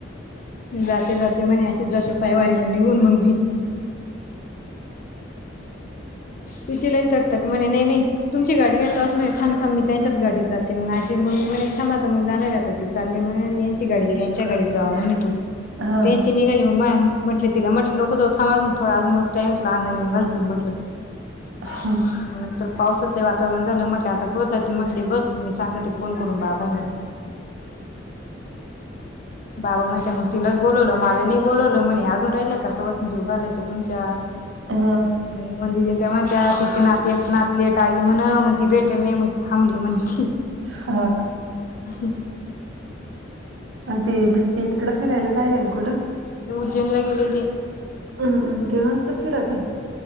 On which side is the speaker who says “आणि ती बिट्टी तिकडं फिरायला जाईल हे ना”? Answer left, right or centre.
Right